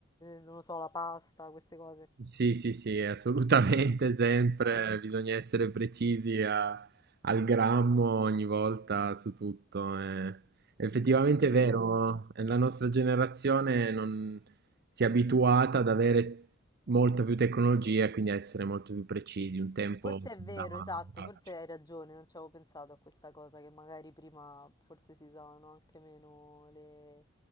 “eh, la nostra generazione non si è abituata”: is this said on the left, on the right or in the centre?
Right